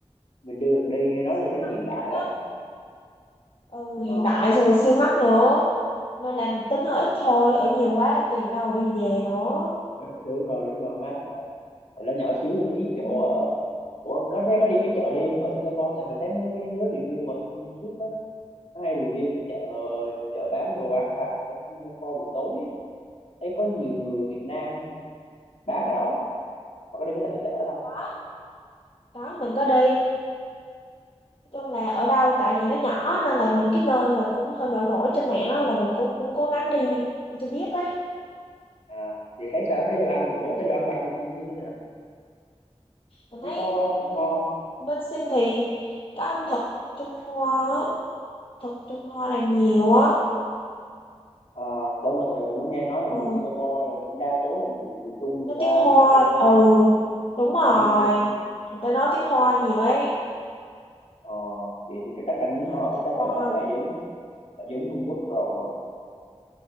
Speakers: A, on the left; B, on the left.
A: Mình chưa được đi, nghe nói
B: siêu
A: chỗ đó nó
B: mắc
A: hiện đại
B: á
A: lắm.
B: ừ,
A: Ờ,
B: hiện đại xong rồi siêu mắc nữa nên là tính hơi ít thôi ở nhiều quá tiền đâu đi về nữa
A: đúng rồi, đúng rồi, mát mà. Tại nó nhỏ xíu nên nó ít
B: ừ.
A: chỗ ở. Ủa, có thế có đi cái chợ
B: Ừ.
A: đêm ở Singapore? Tại mình thấy mấy cái đứa review ở trên YouTube á, nó hay review cái chợ chợ bán đồ ăn vặt ở Singapore buổi tối ấy. Thấy có nhiều người Việt Nam bán ở đó mà có đi cái thử cái chợ đó không
B: đó đó mình có đi nói chung là ở đâu tại vì nó nhỏ nên là những cái nơi mà cũng hơi nổi nổi trên mạng á, là mình cũng cũng cố gắng đi đi cho biết á
A: à vậy thấy sao thấy đồ ăn của
B: Ừ.
A: thấy đồ ăn vặt bên Sing nó như thế nào
B: mình
A: nó
B: thấy
A: có
B: ừ,
A: ngon
B: bên Sinh thì có ẩm thực Trung Hoa á, thực Trung Hoa là nhiều á
A: À, đúng rồi, tại vì cũng có nghe nói là
B: ừ.
A: người Singapore là cũng đa số là người người Trung người
B: nói
A: ta
B: tiếng Hoa
A: di cư
B: ừ
A: sang,
B: đúng rồi
A: người ta di cư sang.
B: người ta nói tiếng Hoa nhiều ấy
A: Ờ, vậy thì cái cách ăn
B: tiếng
A: uống
B: Anh
A: của họ
B: nói tiếng
A: chắc
B: Hoa
A: là lại lại giống lại giống Trung Quốc rồi.